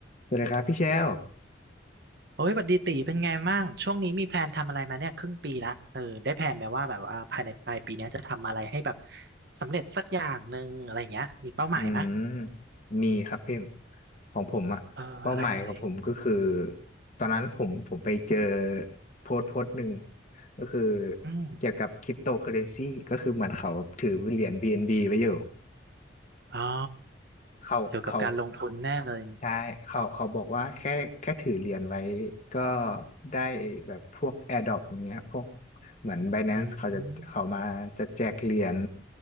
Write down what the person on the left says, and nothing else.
สวัสดีครับพี่เชล
อืมมีครับพี่ ของผมอะเป้าหมายของผมก็คือ
ตอนนั้นผมผมไปเจอโพสต์โพสต์หนึ่ง ก็คือ
เกี่ยวกับคริปโตเคอเรนซีก็คือเหมือนเขาแบบถือเหรียญ BNB ไว้อยู่
เขาเขา
ใช่เขาเขาบอกว่าแค่แค่ถือเหรียญไว้ก็ได้แบบพวก AirDrop อย่างเงี้ยพวกเหมือน Binance
เขาจะเขามาจะแจกเหรียญ